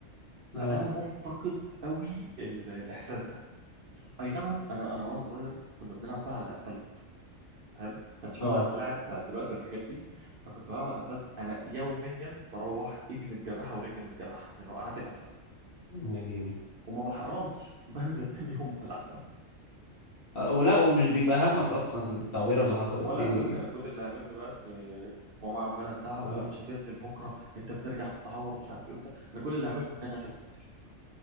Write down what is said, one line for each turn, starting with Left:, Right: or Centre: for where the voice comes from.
Left: آه
Right: فانا مفتقد قوي ال- الاحساس ده اي نعم انا انا وانا صغير كنا بنلعب بقى على الاسفلت فاهم كانش في
Left: آه
Right: بقى الملاعب بتاعت دلوقتي والحاجات دي فكنت بلعب على الاسفلت انا يوميا بروح ايدي متجرحه ورجلي متجرحه من وقعات الاسفلت
Left: يا ديني
Right: وما بحرمش <laughs> بنزل تاني يوم العب
Left: آه، ولا ومش بيبقى همك أصلا التعويرة اللي حصلت
Right: ولا
Left: دي
Right: هممني انا كل اللي هممني بقى ان ماما عماله تزعق ولا
Left: آه
Right: مش هتنزل بكره انت بترجع متعور ومش عارف ايه وبتاع انا كل اللي هممني ان انا لازم انزل